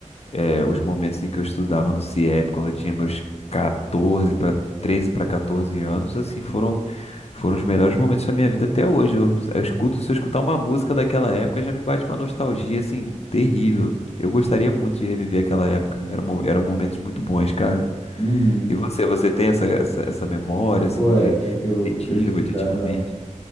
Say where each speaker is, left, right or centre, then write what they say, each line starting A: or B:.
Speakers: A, on the left; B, on the left.
A: é, os momentos em que eu estudava no CIEP, quando eu tinha meus 14 para 13 para 14 anos, assim, foram foram os melhores momentos da minha vida até hoje. Eu, eu escuto, se eu escutar uma música daquela época, já me bate uma nostalgia, assim, terrível. Eu gostaria muito de reviver aquela época. Eram, mo- eram momentos muito bons, cara.
B: Uhum.
A: E você, você tem essa, essa, essa memória, assim,
B: Pô, a
A: de,
B: época que eu,
A: afetiva
B: que eu estudava,
A: de antigamente?